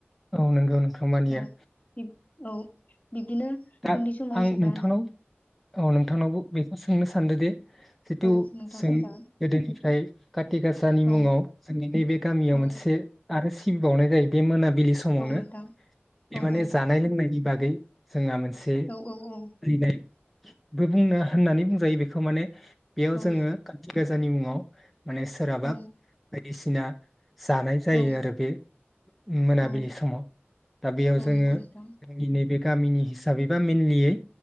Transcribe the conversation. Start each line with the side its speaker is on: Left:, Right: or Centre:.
Centre: औ नंगौ नों मानिया।
Left: औ औ बिब्दिनो
Centre: दा
Left: उन्दै समाव
Centre: आं
Left: जेब्ला
Centre: नोंथांनाव औ नोंथांनावबो बेखौ सोंनो सानदों दे <unintelligible>
Left: औ नोंथां सोंजागोन
Centre: गोदोनिफ्राय काति गासानि
Left: औ
Centre: मुङाव जोंनि नैबे गामियाव
Left: औ
Centre: मोनसे आरो सिबिबावनाय जायो बे मोना बिलि समावनो
Left: औ नोंथां
Centre: बे
Left: औ
Centre: माने
Left: औ
Centre: जानाय लोंनायनि बागै जोंहा मोनसे
Left: औ औ औ
Centre: फालिनाय बो बुंनो होननानै बुंजायो बेखौ माने बेयाव जोंङो
Left: औ
Centre: काति गोजानि मुङाव माने सोराबा
Left: औ
Centre: बायदिसिना जानाय जायो
Left: औ
Centre: आरो बे मोनाबिलि
Left: औ
Centre: समाव दा बेयाव
Left: औ
Centre: जोङो
Left: नंगौ नोंथां
Centre: जोंनि नैबे गामिनि हिसाबैबा मेनलियै